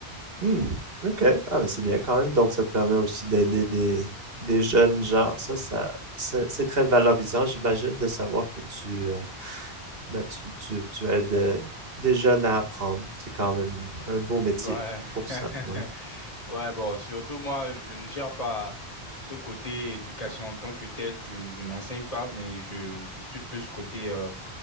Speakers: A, on the right (about 60°); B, on the left (about 35°).
A: Hmm, OK. Ah, ben c'est bien quand même. Donc, ça te permet aussi d'aider des, des jeunes gens. Ça, ça, c'est c'est très valorisant, j'imagine, de savoir que tu, euh, ben, tu, tu, tu aides euh, des jeunes à apprendre. C'est quand même un beau métier
B: Ouais.
A: pour
B: <laughs>
A: ça. Ouais.
B: Ouais, bon, surtout moi, je ne gère pas ce côté éducation en tant que tel, je, n- je n'enseigne pas, mais je, je suis plus côté, euh,